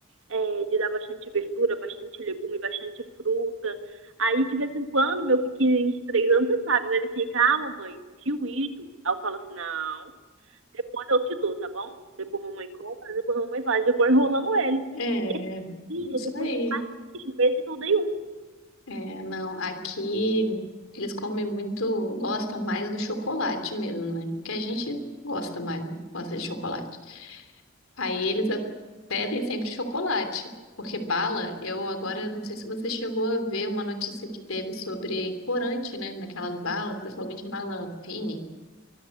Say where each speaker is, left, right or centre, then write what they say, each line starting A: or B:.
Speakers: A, on the right; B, on the left.
A: é, de dar bastante verdura, bastante legume, bastante fruta. Aí, de vez em quando, meu pequenininho de três anos, você sabe, né? Ele fica, ah, mamãe, fio Aí eu falo assim, não, depois eu te dou, tá bom? Depois a mamãe compra, depois a mamãe faz. Eu vou enrolando ele.
B: É,
A: Esse dia,
B: isso
A: depois
B: aí.
A: de quase seis meses que eu dei um.
B: É, não, aqui eles comem muito, gostam mais do chocolate mesmo, né? Que a gente gosta mais, né? gosta de chocolate. Aí eles a- pedem sempre chocolate, porque bala, eu agora não sei se você chegou a ver uma notícia que teve sobre corante, né? Naquelas balas, principalmente bala fine,